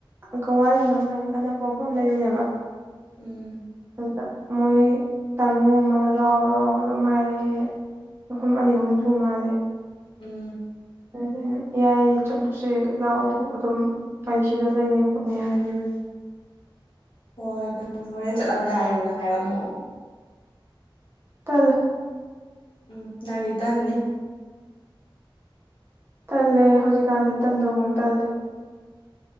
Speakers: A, on the right; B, on the left.
A: ꯀꯋꯥꯏꯅꯣꯝ ꯍꯥꯏꯕꯅ‌ꯦ ꯑꯅꯛꯄ ꯃꯐꯝ ꯂꯩꯕꯅꯦꯕ
B: ꯎꯝ
A: ꯈꯪꯕ꯭ꯔꯥ ꯃꯣꯏ ꯒꯤ ꯇꯥꯃꯣ ꯑꯃꯅ ꯂꯥꯎꯑꯣ ꯂꯥꯎꯑꯣ ꯑꯗꯨꯝ ꯍꯥꯏꯔꯛꯑꯦ ꯃꯐꯝ ꯑꯅꯤ ꯑꯍꯨꯝ ꯁꯨ ꯃꯥꯜꯂꯦ
B: ꯎꯝ
A: ꯑꯗꯨꯗ ꯑꯩꯅ ꯌꯥꯏꯌꯦ ꯆꯠꯂꯨꯁꯦ ꯂꯥꯛꯑꯣ ꯑꯗꯨꯝ ꯑꯩꯁꯤꯗ ꯂꯩꯅꯤ ꯈꯣꯠꯅꯤ ꯍꯥꯏꯈꯤꯕꯟ
B: ꯍꯣꯏ ꯅꯪꯁꯨ ꯍꯣꯔꯦꯟ ꯆꯠꯂꯝꯗꯥꯏ ꯑꯩꯉ‌ꯣꯟꯗ ꯍꯥꯏꯔꯝꯃ‌ꯣ
A: ꯇꯜ
B: ꯎꯝ ꯅꯪꯗꯤ ꯇꯟꯅꯤ
A: ꯇꯜꯂꯦ ꯍꯧꯖꯤꯛꯀꯥꯟꯁꯦ ꯇꯟꯗꯐꯧ ꯇꯜꯂꯦ